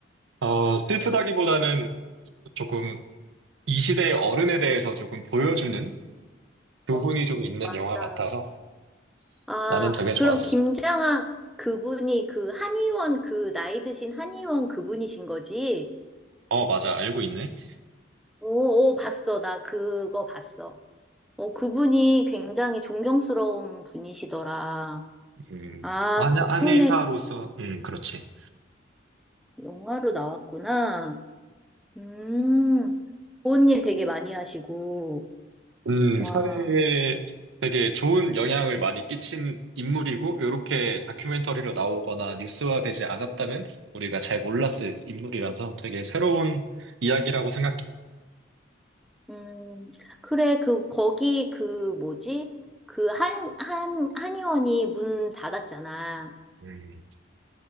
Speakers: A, on the right; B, in the centre.
A: 어, 슬프다기보다는 조금 이 시대의 어른에 대해서 조금 보여주는 교훈이
B: 어,
A: 좀 있는
B: 맞아.
A: 영화 같아서
B: 아,
A: 나는 되게 좋았어.
B: 그럼 김장하 그분이 그 한의원 그 나이 드신 한의원 그분이신 거지?
A: 어, 맞아. 알고 있네.
B: 오, 오, 봤어. 나 그거 봤어. 어, 그분이 굉장히 존경스러운 분이시더라.
A: 음,
B: 아,
A: 안, 안의사로서,
B: 그분의
A: 음, 그렇지.
B: 영화로 나왔구나. 음, 좋은 일 되게 많이 하시고,
A: 음,
B: 와,
A: 사회에 되게 좋은 영향을 많이 끼친 인물이고, 이렇게 다큐멘터리로 나오거나 뉴스화되지 않았다면 우리가 잘 몰랐을 인물이라서 되게 새로운 이야기라고 생각해.
B: 음, 그래, 그, 거기, 그, 뭐지? 그, 한, 한, 한의원이 문 닫았잖아.
A: 음.